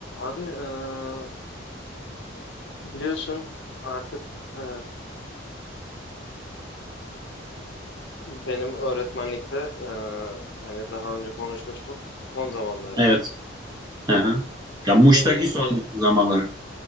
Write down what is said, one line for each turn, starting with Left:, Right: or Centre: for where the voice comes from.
Left: Abi eee, biliyorsun artık eee, benim öğretmenlikte eee, hani daha önce konuşmuştuk son zamanlarım.
Right: Evet. Aha. Ya Muş'taki
Left: Gelecekle
Right: son zamanları.